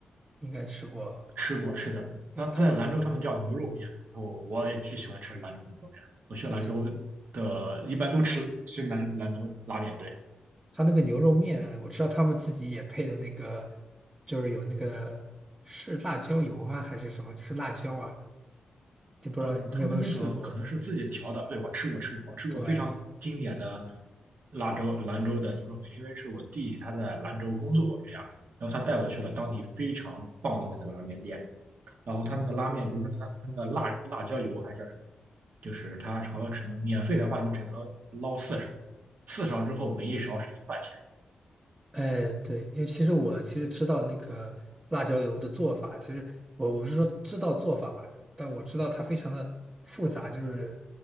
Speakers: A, on the right (about 20°); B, on the right (about 65°).
A: 应该吃过，
B: 吃过，是的，
A: 因为他们
B: 它在兰州他们叫牛肉面，我我也巨喜欢吃兰州牛肉面。我去兰州的，
A: 对他
B: 一般都吃吃兰兰州拉面，对。
A: 他那个牛肉面，我知道他们自己也配的那个，就是有那个是辣椒油吗？还是什么？就是辣椒啊，就不知道你有没有试过？
B: 嗯，他们那个可能是自己调的，对，我吃过吃过，我吃过非常经典的
A: 对，
B: 拉州兰州的牛肉面，因为是我弟他在兰州工作这样，然后他带我去了当地非常棒的那个拉面店。然后它那个拉面，比如说它它那个辣辣椒油还是叫什么，就是它好像只能免费的话，你只能捞四勺，四勺之后每一勺是一块钱。
A: 哎，对，因为其实我其实知道那个辣椒油的做法，其实我我不是说知道做法吧，但我知道它非常的复杂，就是